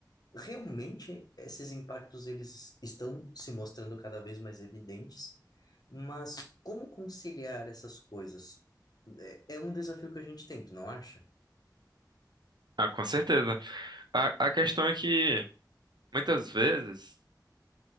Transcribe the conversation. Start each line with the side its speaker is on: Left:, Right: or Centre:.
Left: realmente esses impactos eles estão se mostrando cada vez mais evidentes, mas como conciliar essas coisas? É é um desafio que a gente tem, tu não acha?
Right: Ah, com certeza. A, a questão é que muitas vezes